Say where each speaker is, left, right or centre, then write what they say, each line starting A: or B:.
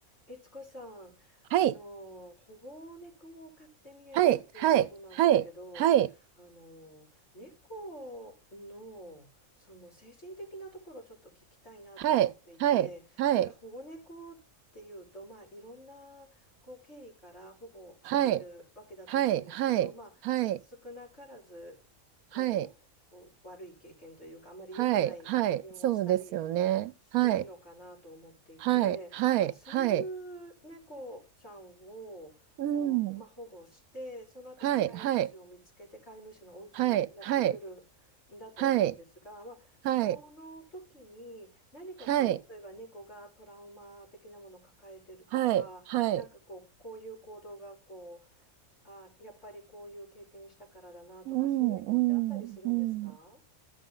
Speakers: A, on the left; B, on the right.
A: 悦子さん、
B: はい、
A: あの、保護猫を飼ってみえるっていうことなんですけど、
B: はい、はい、はい、はい、
A: あの、猫の、その精神的なところをちょっと聞きたいなと思っていて、
B: はい、はい、はい、
A: なんか保護猫っていうと、まあ、いろんなこう経緯から保護されるわけだと思うんですけど、
B: はい、はい、は
A: まあ、少なからず、
B: い、
A: こう、
B: はい、はい、
A: 悪い経験というか、あまり良くない経験をしたり
B: はい、はい、そうですよね。
A: してるのかなと思っていて。
B: はい、はい、はい、
A: あ、そういう猫ちゃんをこう、
B: はい、うん、
A: まあ、保護して、その後、
B: はい、
A: まあ、飼い主を見つけて飼い主のお家にやってくるんだと思うんですが、
B: はい、はい、はい、はい、
A: まあ、その時に何かこう例えば猫がトラウマ的なものを抱えてるとか、
B: はい、はい、はい、はい、
A: なんかこう、こういう行動がこう、あ、やっぱりこういう経験したからだなとかそういうのってあったりするんですか
B: うん、うん、うん。